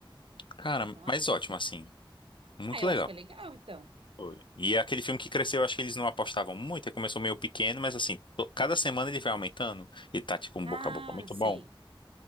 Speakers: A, on the left; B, on the right.
A: Cara,
B: Ah, Então
A: mas
B: acho que
A: ótimo,
B: vai ser.
A: assim. Muito
B: Ah, eu
A: legal.
B: acho que é legal então.
A: Foi. E é aquele filme que cresceu, acho que eles não apostavam muito. Ele começou meio pequeno, mas assim, to- cada semana ele vai aumentando. E tá tipo um
B: Ah,
A: boca a boca muito
B: sei.
A: bom.